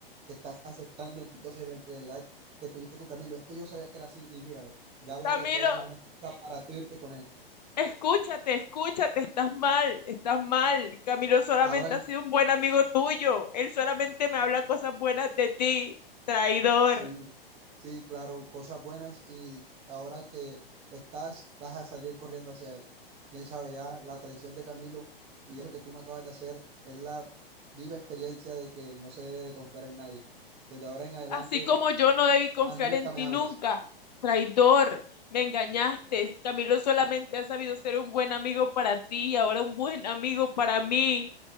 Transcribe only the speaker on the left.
Camilo,
escúchate, escúchate, estás mal, estás mal. Camilo solamente
ha sido un buen amigo tuyo. Él solamente me habla cosas buenas de ti. Traidor.
Así como yo no debí confiar
en ti
nunca, traidor, me engañaste. Camilo solamente ha sabido ser un buen amigo para ti y ahora un buen amigo para mí,